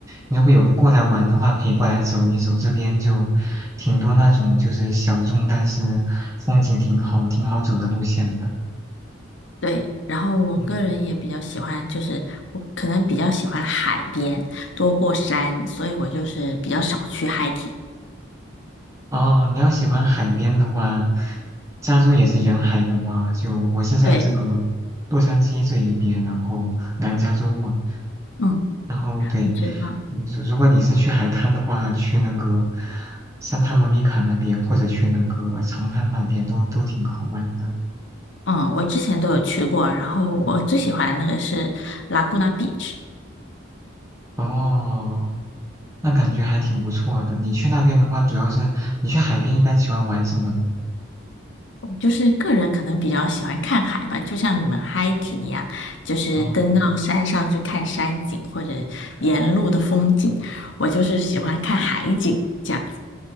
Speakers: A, on the right; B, on the left.
A: 如果有过来玩的话，可以过来走一走，这边就挺多那种就是小众但是风景挺好、挺好走的路线的。
B: 对。然后我个人也比较喜欢，
A: 嗯，
B: 就是我可能比较喜欢海边多过山，所以我就是比较少去 hiking。
A: 哦，你要喜欢海边的话，加州也是沿海的嘛。就我是在这个洛杉矶这一边，
B: 对，
A: 然后南加州嘛。
B: 嗯，
A: 然后对，
B: 你知道。
A: 嗯如如果你是去海滩的话，去那个산타莫妮卡那边，或者去那个长滩那边，都都挺好玩的。
B: 嗯，我之前都有去过，然后我最喜欢的那个是
A: 嗯，
B: Laguna Beach，
A: 哦，那感觉还挺不错的。你去那边的话，主要是你去海边一般喜欢玩什么呢？
B: 就是个人可能比较喜欢看海吧，就像你们 hiking 一样，就是登到山上去看山景或者
A: 哦。
B: 沿路的风景，我就是喜欢看海景这样子。